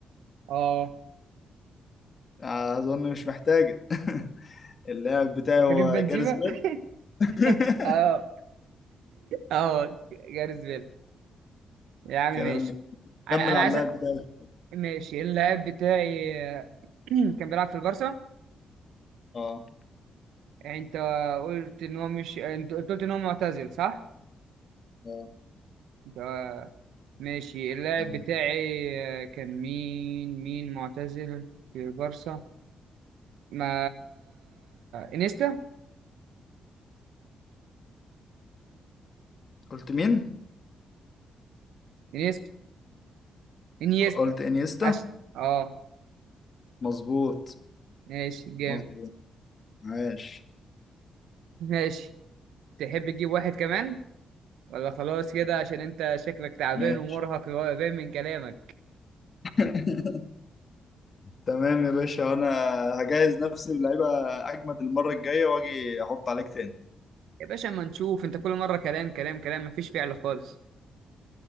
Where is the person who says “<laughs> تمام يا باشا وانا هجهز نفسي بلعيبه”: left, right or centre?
Left